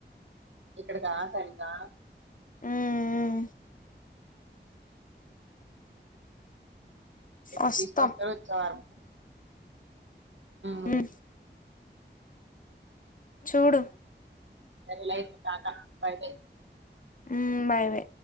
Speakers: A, on the right; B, on the left.
A: ఇక్కడ కాసంతా
B: ఉమ్ ఉమ్
A: అట్
B: వస్తాం
A: తీస్ పాస్ తో చారు మరీ
B: ఉమ్ చూడు
A: దాని లైఫ్ కాత్త ఐపోయింది
B: ఊ బాయ్ వే